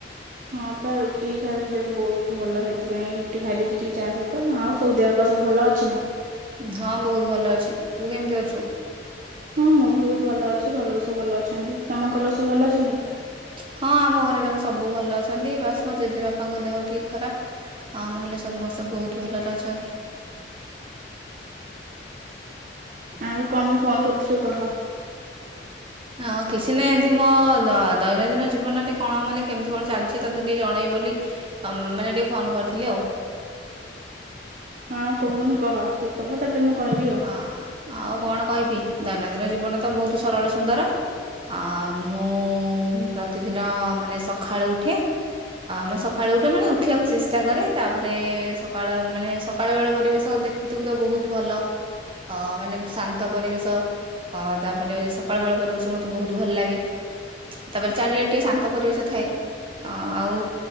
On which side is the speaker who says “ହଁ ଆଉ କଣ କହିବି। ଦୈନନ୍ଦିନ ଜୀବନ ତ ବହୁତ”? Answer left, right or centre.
Right